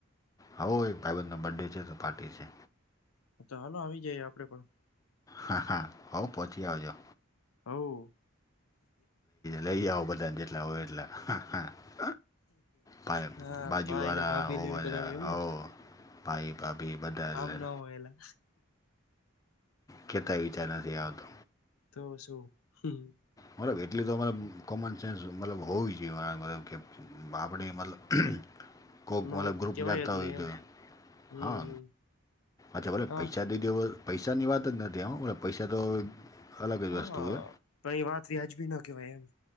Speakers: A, on the left; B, on the left.
A: આવો એક ભાઇબંધ ની બર્થ ડે છે, તો પાર્ટી છે.
B: તો હાલો આવી જઈએ, આપડે પણ
A: હા હા હવ પછી આવજો
B: હવ
A: લઈ આવો બધાને જેટલા હોય, એટલા હા હા. ભાઈ
B: હા,
A: બાજુવાળા
B: ભાઈને ભાભી
A: હો
B: ને બધા એમ ને
A: હો ભાઈ ભાભી બધા
B: આમ ના હોય એલા
A: કહેતાંય વિચાર નથી આવતો
B: તો શું
A: મતલબ એટલી તો મતલબ કોમન સેન્સ મતલબ હોવી જોઈએ મતલબ કે. બા આપણે મતલબ કોક
B: એમાં
A: મતલબ
B: વાત
A: ગ્રુપમાં
B: કેવાય
A: જાતા
B: જ
A: હોય
B: નહી
A: તો
B: એમ હમ
A: હા
B: હમ
A: અચ્છા ભલે
B: હા
A: પૈસા દઈ દેવ પૈસાની વાત જ નથી આ બ પૈસા તો અલગ જ
B: હા
A: વસ્તુ છે.
B: પણ એ વાત વ્યાજબી ના કહેવાય એમ